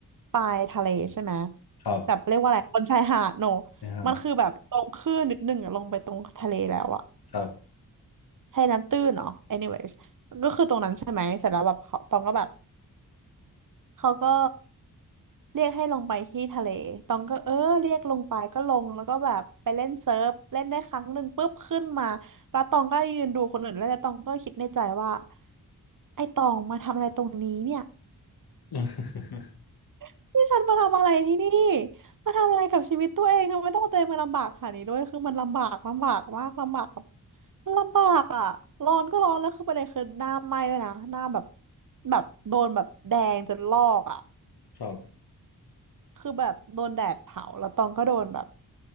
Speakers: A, on the right (about 55°); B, on the left (about 75°).
A: ปลายทะเลใช่ไหม
B: ครับ
A: แบบเรียกว่าอะไรบนชายหาดโน
B: นะฮะ
A: มันคือแบบตรงคลื่นนิดนึงอ่ะลงไปตรงทะเลแล้วอ่ะ
B: ครับ
A: ให้น้ำตื้นเนาะ anyways ก็คือตรงนั้นใช่ไหมเสร็จแล้วแบบเขาตองก็แบบ เขาก็เรียกให้ลงไปที่ทะเลตองก็เออเรียกลงไปก็ลงแล้วก็แบบไปเล่นเซิร์ฟเล่นได้ครั้งหนึ่งปุ๊บขึ้นมาแล้วตองก็ยืนดูคนอื่นแล้วแล้วตองก็คิดในใจว่าไอ้ตองมาทำอะไรตรงนี้เนี่ย
B: <laughs>
A: <laughs> นี่ฉันมาทำอะไรที่นี่มาทำอะไรกับชีวิตตัวเองทำไมต้องเอาตัวเองมาลำบากขนาดนี้ด้วยคือมันลำบากลำบากมากลำบากกับลำบากอ่ะร้อนก็ร้อนแล้วคือประเด็นคือหน้าไหม้ด้วยนะหน้าแบบแบบโดนแบบแดงจนลอกอ่ะ
B: ครับ
A: คือแบบโดนแดดเผาแล้วตองก็โดนแบบ